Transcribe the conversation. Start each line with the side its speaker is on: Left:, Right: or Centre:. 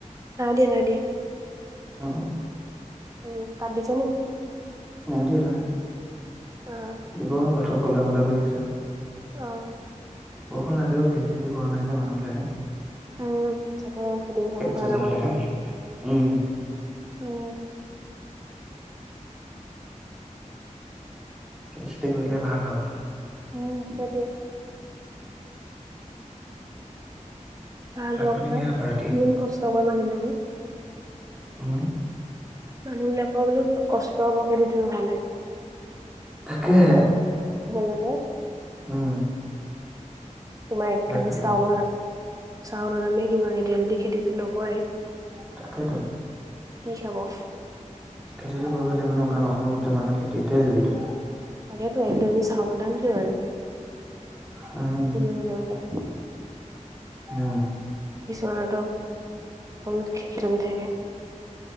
Right: নাই দিয়া নাই দিয়া।
Centre: অ।
Right: উম, তাত দিছে নি?
Centre: নাই দিয়া নাই দিয়া।
Right: অঁ।
Centre: দিব বতৰ ক'লা ম'লা কৰি আছে।
Right: অ'।
Centre: বৰষুণ লাগেও খেতি চেতি কৰা নাই যে মানুহবিলাকে।
Right: উম তাকে খেতি পথাৰবোৰ
Centre: চেতি
Right: ভাল হ'ব
Centre: হ'লেহে
Right: লাগে।
Centre: উম।
Right: উম।
Centre: খেতি কৰিলে ভাল হ'ব।
Right: উম সেইটোৱে। ভাল
Centre: ভাত
Right: হওক
Centre: পানী
Right: পায়
Centre: কিহে খাবা ৰাতি
Right: ইমান কষ্ট কৰে মানুহবিলাকে।
Centre: উম।
Right: মানুহবিলাকৰ বোলো কষ্ট হ'ব সেইটোতো হোৱা নাই।
Centre: তাকেহে,
Right: লাগে
Centre: উম।
Right: তোমাৰ এক
Centre: ভাত
Right: কেজি
Centre: পানী
Right: চাউলৰ দাম চাউলৰ দামে কিমান এতিয়া যদি খেতিতো নকৰে।
Centre: তাকেইতো।
Right: কি চাব?
Centre: খেতিটো কৰিব লাগিব ন কাৰণ অসমৰ গোটেই মানুহে খেতিতে জড়িত।
Right: তাকেতো এক কেজি চাউলৰ দাম কিমান
Centre: উম
Right: কিনিবলৈ গ'লে।
Centre: উম।
Right: কিছুমানৰটো কমকে খেতি থাকে।